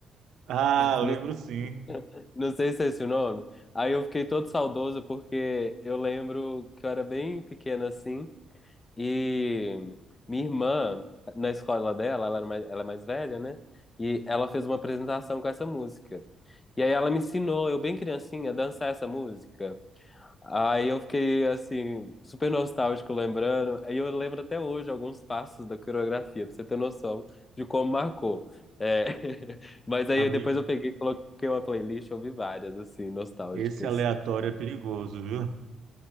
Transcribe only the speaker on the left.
<laughs>
Não sei se é esse o nome. Aí eu fiquei todo saudoso porque eu lembro que eu era bem pequena assim e minha irmã, na escola dela, ela era mais, ela é mais velha, né? E ela fez uma apresentação com essa música. E aí ela me ensinou, eu bem criancinha, a dançar essa música. Aí eu fiquei assim, super nostálgico lembrando. Aí eu lembro até hoje alguns passos da coreografia, pra você ter noção de como marcou. É, <laughs> Mas aí
depois eu peguei, e coloquei uma playlist, ouvi várias, assim, nostálgicas.